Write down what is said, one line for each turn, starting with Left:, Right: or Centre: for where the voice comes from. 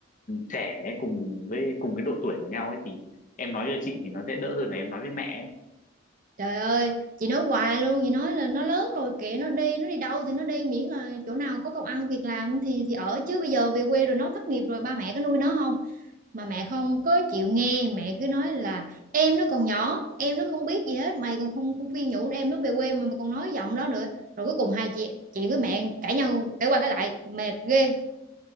Left: trẻ ấy, cùng với cùng cái độ tuổi của nhau ấy thì em nói cho chị thì nó sẽ đỡ hơn là em nói với mẹ ấy.
Right: Trời ơi, chị nói hoài luôn, chị nói là nó lớn rồi kệ nó đi, nó đi đâu thì nó đi miễn là chỗ nào có công ăn việc làm thì thì ở chứ bây giờ về quê rồi nó thất nghiệp rồi ba mẹ có nuôi nó không? mà mẹ không có chịu nghe mẹ cứ nói là em nó còn nhỏ em nó không biết gì hết mày còn không, không khuyên nhủ em nó về quê mà, mà còn nói giọng đó nữa rồi cuối cùng hai chị chị với mẹ cãi nhau cãi qua cãi lại mệt ghê